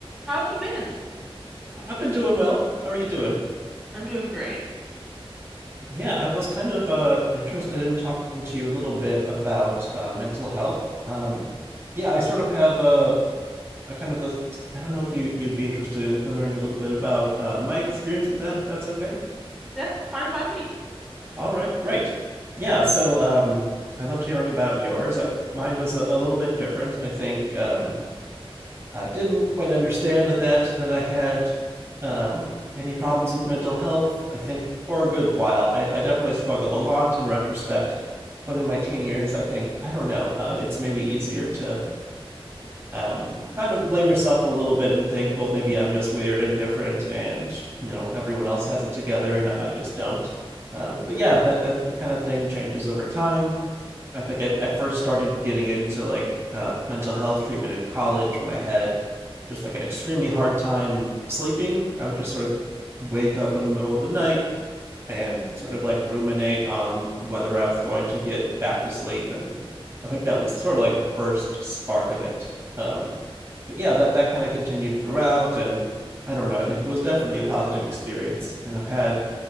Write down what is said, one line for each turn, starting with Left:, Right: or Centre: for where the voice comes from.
Centre: How have you been?
Right: I've been doing well. How are you doing?
Centre: I'm doing great.
Right: Yeah, I was kind of uh interested in talking to you a little bit about uh, mental health. Um, yeah, I sort of have a, a kind of a I don't know if you you'd be interested in, in learning a little bit about uh, my experience with that, if that's okay.
Centre: That's fine by me.
Right: All right, great. Yeah, so um, I loved hearing about yours. I mine was a, a little bit different. I think um, I didn't quite understand that that I had um, any problems with mental health. I think for a good while, I, I definitely struggled a lot in retrospect. But in my teen years, I think I don't know. Uh, it's maybe easier to um, kind of blame yourself a little bit and think, well, maybe I'm just weird and different, and you know everyone else has it together and I just don't. Um, but yeah, that that that kind of thing changes over time I think I, I first started getting into like uh, mental health treatment in college when I had just like an extremely hard time sleeping. I would just sort of wake up in the middle of the night and sort of like ruminate on whether I was going to get back to sleep. And I think that was sort of like the first spark of it. Um, but yeah, that, that kind of continued throughout. And I don't know, it was definitely a positive experience. And I've had,